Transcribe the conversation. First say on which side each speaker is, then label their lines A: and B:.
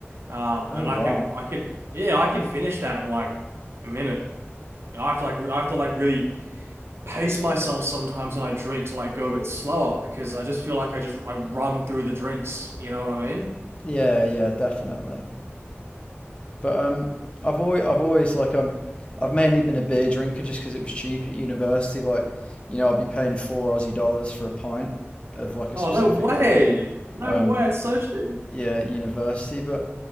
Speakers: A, on the right (about 65°); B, on the left (about 25°).
A: Um,
B: Oh
A: and I
B: wow.
A: can I can yeah, I can finish that in like a minute. You know, I have to like re- I have to like really pace myself sometimes when I drink to like go a bit slower because I just feel like I just I run through the drinks, you know what I mean?
B: Yeah, yeah, definitely. But um, I've always, I've always like um, I've mainly been a beer drinker just because it was cheap at university. Like, you know, I'd be paying four Aussie dollars for a pint of like a
A: Oh,
B: specific
A: no way.
B: beer.
A: No
B: Um,
A: way. It's so cheap.
B: yeah, at university. But